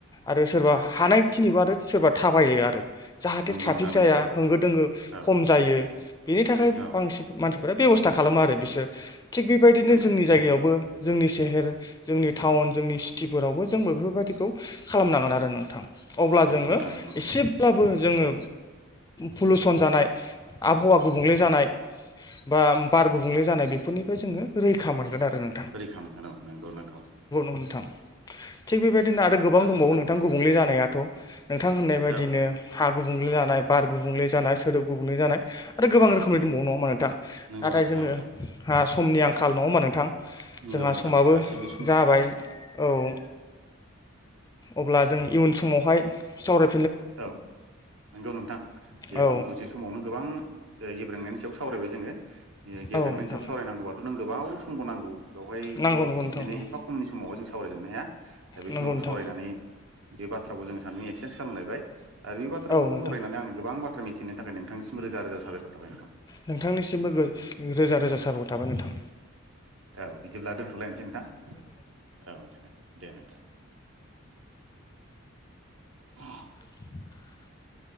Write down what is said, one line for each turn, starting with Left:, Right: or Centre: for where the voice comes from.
Left: आरो सोरबा
Right: नंगौ
Left: हानाय खिनिखौ आरो सोरबा थाबायो आरो। जाहाथे
Right: नंगौ
Left: ट्राफिक
Right: नोंथां नंथारगौ
Left: जाया होंगो दोंगो
Right: औ
Left: खम जायो बेनि थाखाय
Right: औ
Left: बांसिन मानसिफोरा बेब'स्था खालामो आरो बिसोर थिग बेबायदिनो
Right: नंगौ
Left: जोंनि जायगायावबो जोंनि सेहेर जोंनि टाउन जोंनि सिटिफोरावबो जोंबो बेफोरबादिखौ खालामनांगोन आरो नोंथां अब्ला
Right: नंगौ
Left: जोङो
Right: नोंथां नंगौ नंगौ
Left: एसेब्लाबो जोङो पुलुसन जानाय आबहावा गुबुंले जानाय बा बार गुबुंले जानाय बेफोरनिफ्राय जोङो रैखा मोनगोन आरो। नोंथां
Right: रैखा मोनगोन औ नंगौ नंगौ
Left: नोंथां थिग बेबायदिनो
Right: नंगौ
Left: आरो
Right: नोंथाङा
Left: गोबां दंबावो
Right: थारखौनो
Left: नोंथां
Right: बुंदों
Left: गुबुंले जानायाथ' नोंथां होननाय बायदिनो
Right: औ
Left: हा गुबुंले जानाय बार गुबुंले जानाय सोदोब गुबुंले जानाय आरो गोबां रोखोमनि
Right: नंगौ
Left: दंबावो नङा हमबा नोंथां
Right: नंगौ
Left: नाथाय
Right: नोंथां
Left: जोङो
Right: नंगौ
Left: आं समनि आंखाल नङा होमबा नोंथां। जोंहा
Right: नोंगौ नोंथां
Left: समाबो
Right: गासिबो।
Left: जाबाय औ अब्ला जों इयुन समावहाय सावराय
Right: औ नंगौ नोंथां जिहेतु
Left: औ
Right: दसे समावनो गोबां <inaudible> गेब्रेंनायनि सायाव सावरायबाय जोङो ओ गेब्रेंनायनि
Left: औ नोंथां
Right: सायाव सावरायनांगौबाथ' नों गोबाव समबो नांगौ। बेवहाय
Left: नांगौ
Right: द
Left: नंगौ
Right: बिदिनो
Left: नोंथां औ
Right: एफा खमनि समाव जों सावरायजोबनो हाया बे
Left: नंगौ
Right: समाव
Left: नोंथां
Right: सावरायनानै बे बाथ्राखौ जोङो सानजों एक्सेन्स खालामलायबाय आरो बे बाथ्राखौ
Left: औ नोंथां
Right: सावरायनानै आंनो गोबां बा थ्रा मिथिहोनायनि थाखाय नोंथांनिसिम रोजा रोजा साबायखर थाबाय नोंथां
Left: नोंथांनिसिमबो गो रोजा रोजा साबायखर थाबाय नोंथां
Right: औ बिदिब्ला दोन्थ'लायनोसै नोंथां औ दे दे नोंथां। <inaudible>
Left: <inaudible>